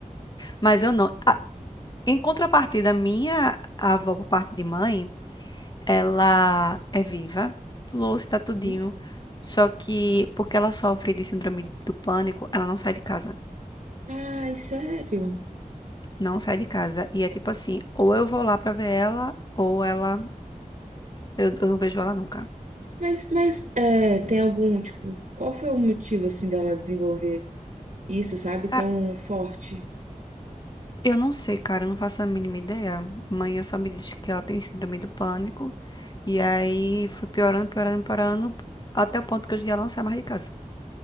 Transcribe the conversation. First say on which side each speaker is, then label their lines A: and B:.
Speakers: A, on the left (about 30°); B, on the right (about 60°).
A: Mas eu não... Ah, em contrapartida, minha avó, por parte de mãe, ela é viva, lúcida, tudinho.
B: uhum.
A: Só que, porque ela sofre de síndrome do pânico, ela não sai de casa.
B: Ai, sério?
A: Não sai de casa. E é tipo assim, ou eu vou lá pra ver ela, ou ela. Eu, eu não vejo ela nunca.
B: Mas, mas é, tem algum, tipo, qual foi o motivo, assim, dela desenvolver isso, sabe, tão
A: Ah,
B: forte?
A: Eu não sei, cara, eu não faço a mínima ideia. Mãe só me disse que ela tem síndrome do pânico. E aí foi piorando, piorando, piorando, até o ponto que hoje em dia ela não sai mais de casa.